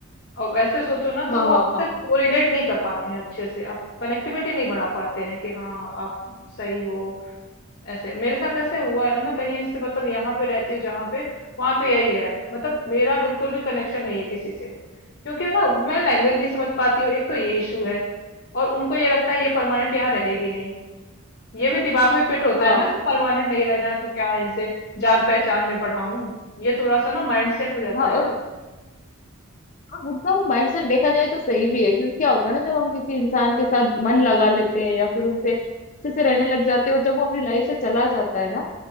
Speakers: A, on the left; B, on the left.
A: और ऐसे सोचो ना
B: हाँ
A: तो वो
B: हाँ
A: आपसे
B: हाँ
A: कोरिलेट नहीं कर पाते हैं अच्छे से आप कनेक्टिविटी नहीं बढ़ा पाते हैं कि हाँ आप सही हो ऐसे मेरे साथ ऐसे हुआ है ना मैं कहीं इससे मतलब यहाँ पे रहती हूँ जहाँ पे वहां पे यही है मतलब मेरा बिल्कुल भी कनेक्शन नहीं है किसी से क्योंकि ना मैं लैंग्वेज नहीं समझ पाती हूँ एक तो ये इशू है और उनको ये लगता है ये परमानेंट यहाँ रहेगी नहीं ये भी दिमाग में फिट होता
B: हाँ
A: है ना जब परमानेंट नहीं रहना है तो क्या इनसे जान पहचान में बढ़ाऊं ये थोड़ा सा ना माइंड सेट हो जाता
B: हाँ और
A: है
B: और उनका वो माइंडसेट देखा जाए तो सही भी है क्योंकि क्या होता है ना जब हम किसी इंसान के साथ मन लगा लेते हैं या फिर उनसे अच्छे से रहने लग जाते हैं और जब वो अपनी लाइफ से चला जाता है ना